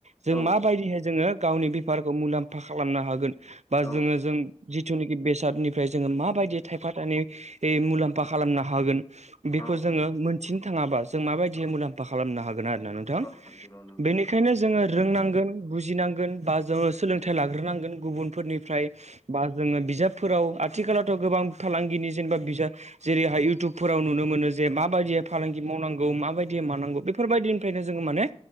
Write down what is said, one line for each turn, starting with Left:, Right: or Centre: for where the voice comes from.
Right: जों
Left: औ
Right: माबायदिहाय जोङो गावनि बेफारखौ मुलाम्फा खालामनो हागोन बा
Left: औ
Right: जोङो जों जिथुनिखि बेसादनिफ्राय जोङो माबायदि थायफा-थाइनै ए मुलाम्फा खालामनो हागोन
Left: नंगौ
Right: बेखौ जोङो मोनथिनो थाङाबा जों माबायदि मुलाम्फा खालामनो हागोन आरोना नों थां
Left: नंगौ
Right: बेनि खायनो
Left: औ
Right: जोङो रोंनांगोन बुजिनांगोन बा जोङो सोलोंथाइ लाग्रोनांगोन गुबुन फोरनिफ्राय बा जोङो बिजाबफोराव आथिखालावथ' गोबां फालांगिनि जेनेबा बिजाब जेरैहाय इउटुबफोराव नुनो मोनो जे माबायदि फालांगि मावनांगौ माबायदि मानां गौ बेफोरबायदिनिफ्रायनो जोङो माने